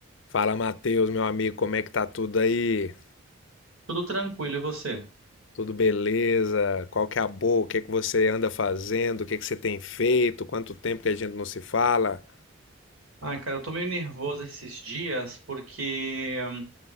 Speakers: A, on the left; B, on the right.
A: Fala, Matheus, meu amigo, como é que tá tudo aí?
B: Tudo tranquilo, e você?
A: Tudo beleza? Qual que é a boa? O que é que você anda fazendo? O que é que você tem feito? Quanto tempo que a gente não se fala?
B: Ai, cara, eu tô meio nervoso esses dias porque hum,